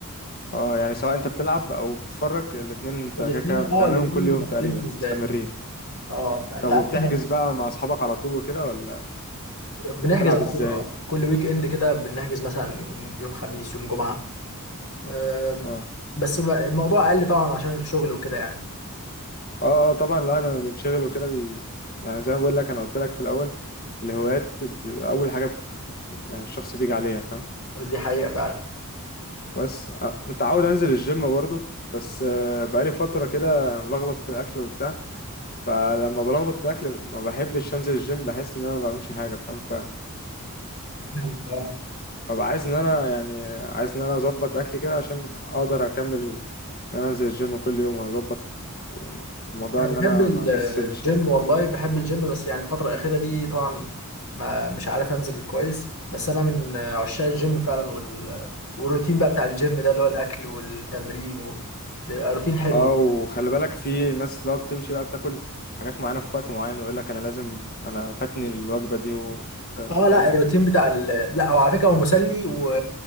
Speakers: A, on the left (about 45°); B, on the left (about 75°).
A: اه يعني سواء انت بتلعب او بتتفرج الاتنين انت
B: الاثنين
A: كده كده بتعملهم
B: اه الاثنين
A: كل
B: مفضلين
A: يوم تقريبا
B: بالنسبه
A: مستمرين
B: لي اه
A: طب
B: انت عارف
A: وبتحجز
B: احنا
A: بقى مع اصحابك على طول وكده ولا
B: بنحجز
A: بتلعب
B: على
A: ازاي
B: طول اه كل ويك اند كده بنحجز مثلا يوم يوم خميس يوم جمعه آه
A: اه
B: بس بقى الموضوع اقل طبعا عشان الشغل وكده يعني
A: اه آه، طبعا الواحد لما بينشغل وكده بي... يعني زي ما بقول لك انا قلت لك في الاول الهوايات ب... اول حاجه بت... يعني الشخص بيجي عليها فاهم
B: دي حقيقه فعلا
A: بس آه، متعود انزل الجيم برضو بس آه، بقالي فتره كده ملخبط في الاكل وبتاع فلما بلخبط في الاكل ما بحبش انزل الجيم بحس ان انا ما بعملش حاجه فاهم فببقى
B: انا
A: ببقى عايز ان انا يعني عايز ان انا اظبط اكلي كده عشان اقدر اكمل ان انا انزل الجيم كل يوم واظبط الموضوع
B: انا
A: ان
B: بحب
A: انا
B: ال-
A: ما اكسلش
B: الجيم
A: يعني
B: والله بحب الجيم بس يعني الفتره الاخيره دي طبعا ما مش عارف انزل كويس بس انا من عشاق الجيم فعلا وال... والروتين بقى بتاع الجيم ده اللي هو الاكل والتمرين و... بيبقى روتين حلو
A: اه وخلي بالك في ناس اللي هو بتمشي بقى بتاكل حاجات معينه في وقت معين ويقول لك انا لازم انا فاتني الوجبه دي و- فا-
B: اه
A: فاهم
B: لا الروتين بتاع ال... لا هو على فكره هو مسلي و...